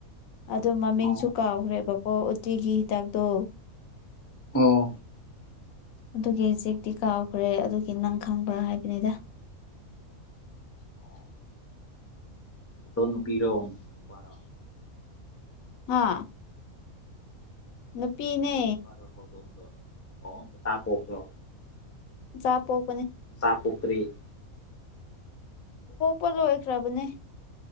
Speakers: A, on the left; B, on the left.
A: ꯑꯗꯨ ꯃꯃꯤꯡꯁꯨ
B: ꯑꯣ
A: ꯀꯥꯎꯈ꯭ꯔꯦꯕꯀꯣ ꯎꯇꯤꯒꯤ ꯍꯤꯗꯥꯛꯇꯣ
B: ꯑꯣ
A: ꯑꯗꯨꯒꯤ ꯆꯦꯛꯇꯤ ꯀꯥꯎꯈ꯭ꯔꯦ ꯑꯗꯨꯒꯤ ꯅꯪ ꯈꯪꯕ꯭ꯔꯥ ꯍꯥꯏꯕꯅꯤꯗ
B: ꯑꯣ ꯣ ꯅꯨꯄꯤꯔꯣ ꯅꯨꯄꯥꯣ
A: ꯍꯥ ꯅꯨꯄꯤꯅꯦ
B: ꯄꯤꯔ ꯐꯥꯔ ꯇꯣꯗꯣ ꯑꯣ ꯆꯥ ꯄꯣꯄ꯭ꯔꯣ
A: ꯆꯥꯎ ꯄꯣ
B: ꯆꯥ ꯄꯨꯇ꯭ꯔꯤ <inaudible>
A: ꯑꯣꯄꯂꯣ ꯑꯣꯏꯈ꯭ꯔꯥꯕꯅꯤ